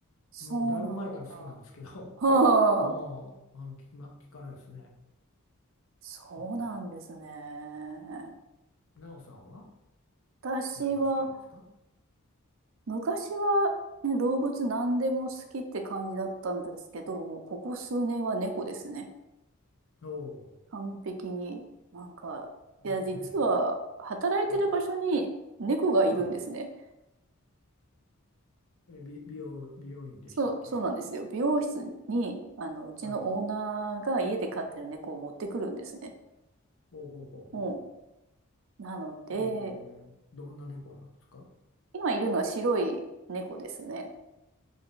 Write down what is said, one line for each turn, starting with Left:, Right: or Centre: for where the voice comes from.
Right: そうなんだ。
Left: もうだいぶ前から好きなんですけど、
Right: <laughs> はあ、
Left: <laughs> もうあの聞きま、聞かないですね。
Right: そうなんですね。
Left: うん。なおさんは
Right: 私は、
Left: 何が好きなんですか
Right: 昔は、ね、動物何でも好きって感じだったんですけど、もうここ数年は猫ですね。
Left: おお
Right: 完璧に。なんか、
Left: ー、
Right: いや、
Left: 猫ね。
Right: 実は、働いてる場所に猫がいるんですね。
Left: はい。はい。え、美、美容、美容院でしたっけ
Right: そう、そうなんですよ。美容室に、あの、うちのオーナーが家で飼ってる猫を持ってくるんですね。
Left: はい。ほうほうほうほ
Right: もうなので、
Left: う。えー、どんな猫なんですか
Right: 今いるのは白い猫ですね。